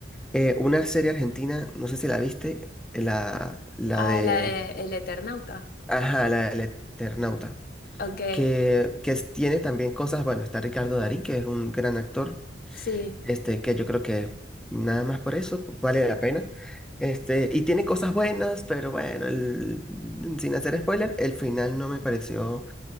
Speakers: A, in the centre; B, on the left.
A: eh, una serie argentina, no sé si la viste, la, la de...
B: A la de El Eternauta.
A: Ajá, la del Eternauta
B: Ok,
A: que, que es- tiene también cosas, bueno, está Ricardo Darín, que es un gran actor,
B: sí.
A: este, que yo creo que nada más por eso pues, vale la pena. Este, y tiene cosas buenas, pero bueno, el- mm, sin hacer spoiler, el final no me pareció